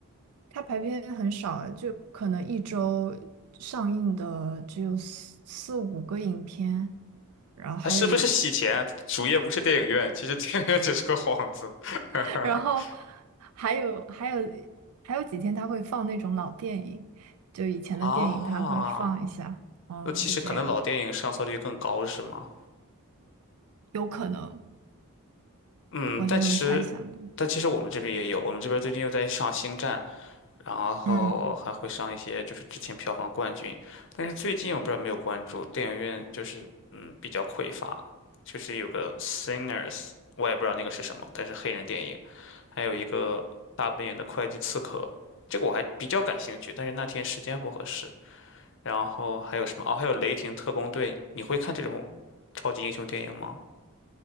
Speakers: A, on the right; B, on the left.
A: 它排片很少啊，就可能一周上映的只有四四五个影片，然后还有一，
B: 它是不是洗钱？主页不是电影院，其实电影院只是个幌子。<laughs>
A: <laughs> 然后还有还有还有几天它会放那种老电影，就以前的电影它会放一下，
B: 啊，
A: 嗯，
B: 那其实可能老电影上座率更高是吗？
A: 就这样。有可能，
B: 嗯，
A: 我是这么猜想的。
B: 但其实，但其实我们这边也有，我们这边最近又在上《星战》，然后还会上一些就是之前票房冠军，
A: 嗯，
B: 但是最近我不知道有没有关注，电影院就是嗯比较匮乏，就是有个《Sinners》，我也不知道那个是什么，但是黑人电影，还有一个大本营的会计刺客，这个我还比较感兴趣，但是那天时间不合适。然后还有什么？哦，还有《雷霆特工队》，你会看这种超级英雄电影吗？